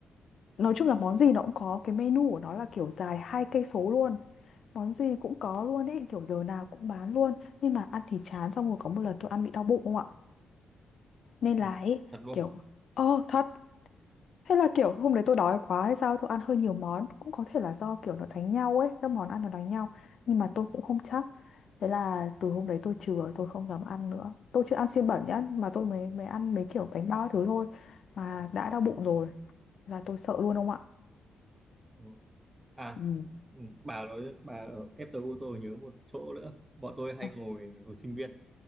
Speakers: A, on the left (about 60°); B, on the right (about 20°).
A: nói chung là món gì nó cũng có cái menu của nó là kiểu dài hai cây số luôn món gì cũng có luôn ấy kiểu giờ nào cũng bán luôn nhưng mà ăn thì chán xong rồi có một lần tôi ăn bị đau bụng không ạ nên
B: Ủa,
A: là ấy
B: Thật luôn.
A: kiểu Ờ thật Hay là kiểu hôm đấy tôi đói quá hay sao tôi ăn hơi nhiều món Cũng có thể là do kiểu nó đánh nhau ấy Các món ăn nó đánh nhau Nhưng mà tôi cũng không chắc Thế là từ hôm đấy tôi chừa tôi không dám ăn nữa Tôi chưa ăn xiên bẩn nhá Mà tôi mới mới ăn mấy kiểu bánh bao thứ thôi Mà đã đau bụng rồi là tôi sợ luôn ông ạ
B: Ừ. À,
A: Ừ.
B: ừ, bà nói bà ở E.T.U tôi nhớ một chỗ nữa. Bọn tôi hay
A: À,
B: ngồi hồi sinh viên.